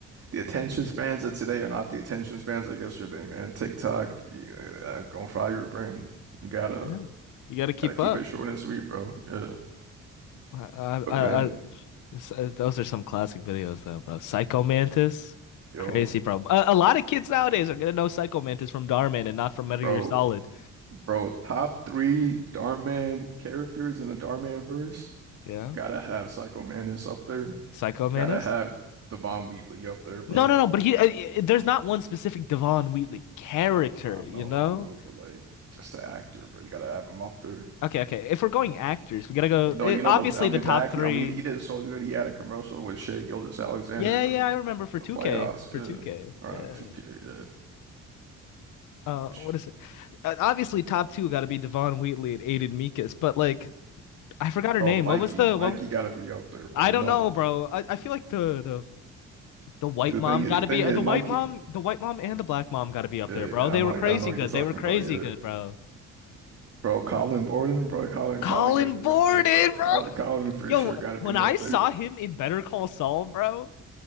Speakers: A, on the right; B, on the left.
A: The attention spans of today are not the attention spans of yesterday, man. TikTok, yeah, uh, gonna fry your brain. You gotta
B: Yeah. You got to keep
A: gotta keep
B: up.
A: it short and sweet, bro. Yeah.
B: I, I,
A: But
B: I,
A: man,
B: I- s- uh, those are some classic videos though, bro. Psycho Mantis.
A: yo,
B: Crazy, bro. A, a lot of kids nowadays are gonna know Psycho Mantis from Darman and not from Metal
A: bro,
B: Gear Solid.
A: bro, top three Darman characters in the Darman verse.
B: Yeah.
A: Gotta have Psycho Manus up there.
B: Psycho Mantis?
A: Gotta have Devon Wheatley up there, bro.
B: No, no, no, but he uh, y- there's not one specific Devon Wheatley character,
A: I I know,
B: you know?
A: I know, but like just the actor, bro. You gotta have him up there.
B: Okay, okay. If we're going actors, we gotta go.
A: You know,
B: eh,
A: you know
B: obviously,
A: the I mean
B: the top
A: the act
B: three
A: I mean he, he did so good. He had a commercial with Shea Gilgeous-Alexander,
B: Yeah,
A: bro.
B: yeah, I remember for
A: The
B: 2K.
A: playoffs,
B: For
A: yeah.
B: 2K.
A: All
B: Yeah.
A: right, 2K, yeah.
B: Uh, what
A: Sh-
B: is it? Uh, obviously top two got to be Devon Wheatley and Aiden Meekis, but like I forgot her
A: Bro,
B: name.
A: Mikey,
B: What was the
A: Mikey
B: what
A: gotta be up there, bro.
B: I
A: You
B: don't
A: know,
B: know, bro. I, I feel like the the the white
A: the
B: mom
A: thing is,
B: got
A: the
B: to
A: thing
B: be uh,
A: is,
B: the
A: Mikey.
B: white mom, the white mom and the black mom got to be
A: Yeah,
B: up there, bro.
A: yeah,
B: They
A: I know,
B: were crazy
A: yeah, I know what
B: good.
A: you're talking
B: They were crazy
A: about, yeah.
B: good, bro.
A: Bro, Colin Borden, bro, Colin,
B: Colin
A: Colin gotta be
B: Borden,
A: up there, bro. Colin,
B: bro.
A: Colin
B: <laughs>
A: for
B: Yo,
A: sure gotta
B: when
A: be
B: I
A: up
B: saw
A: there.
B: him in Better Call Saul, bro,